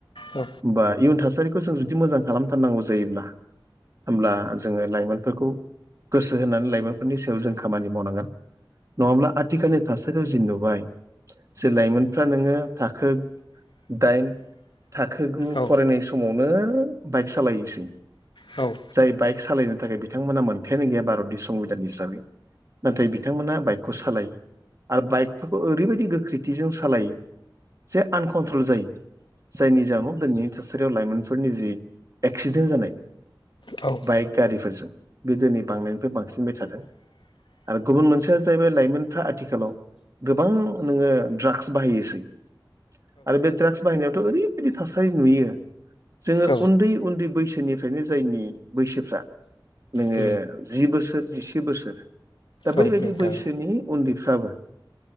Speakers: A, on the left; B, on the right.
A: औ
B: बा इयुन थासारिखौ जों जुदि मोजां खालामथारनांगौ जायोब्ला होमब्ला जोङो लाइमोनफोरखौ गोसो होनानै लाइमोनफोरनि सायाव जों खामानि मावनांगोन नङाब्ला आ आथिखालनि थासारियाव जि नुबाय जे लाइमोनफ्रा नोङो थाखो दाइन थाखो गु
A: औ
B: फरायनाय समावनो बाइक सालायोसै।
A: औ।
B: जाय बाइक सालायनो थाखाय बिथांमोना मोनथायानो गैया भारतनि संबिधान हिसाबै नाथाय बि बिथांमोना बाइकखौ सालायो। आरो बाइकफोरखौ ओरैबायदि गोख्रैथिजों सालायो जे आनकन्ट्रल जायो जायनि जाहोनाव दिनैनि थासारियाव लाइमोनफोरनि जि एक्सिडेन्ट जानाया।
A: औ।
B: बाइक गारिफोरजों बे दिनै बांनायनिफ्राय बांसिनबाय थादों। आरो गुबुन मोनसेया जाहैबाय लाइमोनफ्रा आथिखालाव गोबां नोङो ड्राग्स बाहायोसै आरो बे ड्राग्स बाहायनायावथ' ओरैबायदि थासारि नुयो। जोङो
A: औ
B: उन्दै उन्दै बैसोनिफ्रायनो जायनि बैसोफ्रा नोङो।
A: औ
B: जि बोसोर जिसे बोसोर दा बैबायदि
A: औ नोंथां
B: बैसोनि उन्दैफ्राबो